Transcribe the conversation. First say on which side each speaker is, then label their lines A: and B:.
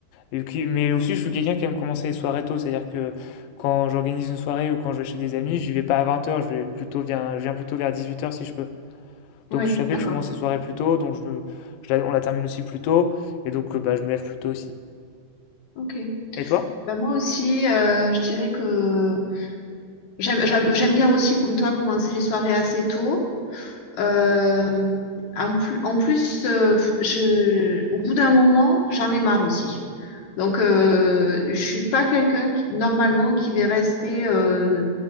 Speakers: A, on the left; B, on the left.
A: Et qui- mais aussi, je suis quelqu'un qui aime commencer les soirées tôt. C'est-à-dire que quand j'organise une soirée ou quand je vais chez des amis, je vais pas à 20 heures. je vais plutôt, viens, je viens plutôt vers 18 heures si je peux. Donc
B: ouais,
A: je savais
B: d'accord.
A: que je commence les soirées plus tôt, donc je, me- je la- on la termine aussi plus tôt. Et donc euh, bah, je me lève plus tôt aussi.
B: Ok.
A: Et toi?
B: Ben moi aussi, euh, je dirais que J'aime, j'a- j'aime bien aussi, comme toi, commencer les soirées assez tôt. Euh, en plus, en plus euh, je, au bout d'un moment, j'en ai marre aussi. Donc, euh, je suis pas quelqu'un qui, normalement, qui va rester euh,